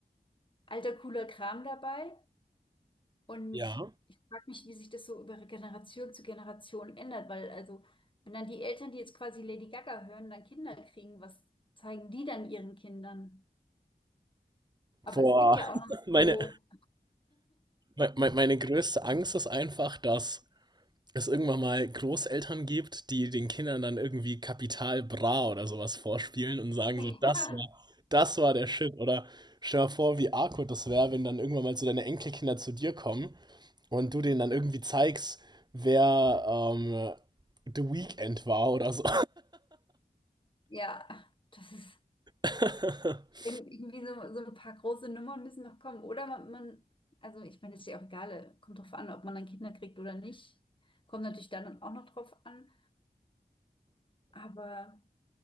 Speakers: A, on the left; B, on the right.
A: alter, cooler Kram dabei. Und
B: Ja.
A: ich frage mich, wie sich das so über Generation zu Generation ändert, weil also, wenn dann die Eltern, die jetzt quasi Lady Gaga hören, dann Kinder kriegen, was zeigen die dann ihren Kindern? Aber
B: Boah,
A: es gibt ja auch
B: <laughs>
A: noch
B: meine,
A: so.
B: me- me- meine größte Angst ist einfach, dass es irgendwann mal Großeltern gibt, die den Kindern dann irgendwie Kapital Bra oder sowas vorspielen und sagen
A: <laughs>
B: so, das war, das war der Shit. Oder stell dir vor, wie awkward das wäre, wenn dann irgendwann mal so deine Enkelkinder zu dir kommen und du denen dann irgendwie zeigst, wer ähm, The Weeknd war oder so.
A: Ja, das ist
B: <laughs>
A: irg- irgendwie so, so ein paar große Nummern müssen noch kommen. Oder man, man also ich meine, ist ja auch egal, kommt drauf an, ob man dann Kinder kriegt oder nicht. Kommt natürlich dann auch noch drauf an. Aber